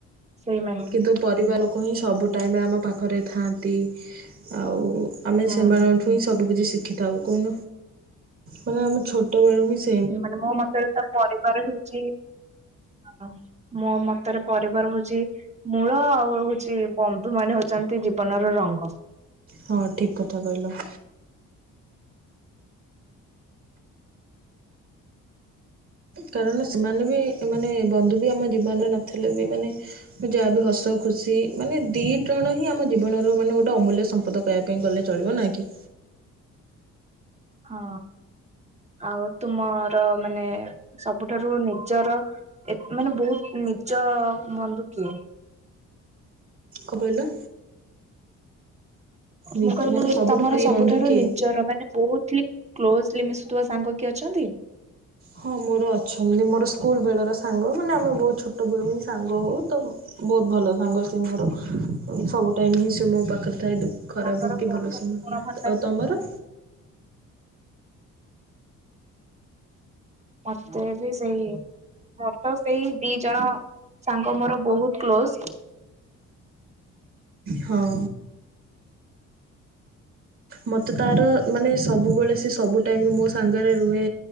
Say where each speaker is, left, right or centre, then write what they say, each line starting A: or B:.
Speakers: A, on the right; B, on the right.
A: ସେଇମାନେେ।
B: କିନ୍ତୁ ପରିବାର ଲୋକ ହିଁ ସବୁ ଟାଇମି ଆମ ପାଖରେ ଥାଆନ୍ତି। ଆଉ ଆମେ
A: ହୁଁ।
B: ସେମାନଙ୍କଠୁ ହିଁ ସବୁ କିିଛି ଶିଖିଥାଉ କହୁନ ମାନେ ଆମେ ଛୋଟବେେଳୁ ହିଁ ସିଖ୍
A: ଏମାନେ ମୋ ମତ ରେ ତ ପରିବାର ହେଉଚି ହଁ। ମୋ ମତରେ ପରିବାର ହଉଚି ମୂଳ। ଆଉ ହଉଚି ବନ୍ଧୁ ମାନେ ହଉଚନ୍ତି ଜୀବନର ରଙ୍ଗ।
B: ହଁ ଠିକ୍ କଥା କହିଲ। କାରଣ ସେମାନେ ବି ଏ ମାନେ ବନ୍ଧୁ ବି ଆମ ଜୀବନରେ ନଥିଲେ ବି ମାନେ ଯାହା ବିି ହସ ଖୁସି ମାନେ ଦୁଇ ଟୋଣ ହିଁ ଆମ ଜୀବନର ମାନେ ଗୋଟେ ଅମୂଲ୍ୟ ସମ୍ପଦ କହିଆ ପାଇଁ ଗଲେ ଚଳିବ ନା କି?
A: ହଁ। ଆଉ ତୁମର ମାନେ ସବୁଠାରୁ ନିଜର ଏତ୍ ମାନେ ବହୁତ୍ ନିଜ ବନ୍ଧୁ କିଏ?
B: କଁ କଇଲ? ନିଜ
A: ମୁଁ କହିଲି
B: ମାନେ ସବୁଠୁ
A: ତମର
B: ପ୍ରିୟ
A: ସବୁଠାରୁ
B: ବନ୍ଧୁ କିଏ?
A: ନିଜର ମାନେ ବହୁତ୍ ଥ୍ଲି କ୍ଲୋଜ୍ଲି ମିଶୁଥିବା ସାଙ୍ଗ କିଏ ଅଛନ୍ତି?
B: ହଁ ମୋର ଅଛନ୍ତି ମୋର ସ୍କୁଲ ବେଳର ସାଙ୍ଗ ମାନେ ଆମେ ବହୁତ୍ ଛୋଟ ବେଳୁ ହିଁ ସାଙ୍ଗ ହଉ ତ ବହୁତ୍ ଭଲ ସାଙ୍ଗ ସିଏ ମୋର ସବୁ ଟାଇମ୍ ହିଁ ସିଏ ମୋ ପାଖରେ ଥାଏ। ଖରାପ
A: ତାଙ୍କର
B: ହେଉ କି
A: କୋଉ
B: ଭଲ
A: ସବୁ
B: ସମୟ
A: ଗୁଣ
B: ହେଉ,
A: ଭଲ ଲାଗେ
B: ଆଉ
A: ତମକୁ?
B: ତମର?
A: ମତେ ବି ସେଇ। ମୋର ତ ସେଇ ଦି ଜଣ ସାଙ୍ଗ ମୋର ବହୁତ୍ କ୍ଲୋଜ୍।
B: ହଁ। ମତେ ତାର ମାନେ ସବୁବେଳେ ସେ ସବୁ ଟାଇମ୍ ରେ ମୋ ସାଙ୍ଗରେ ରୁହେ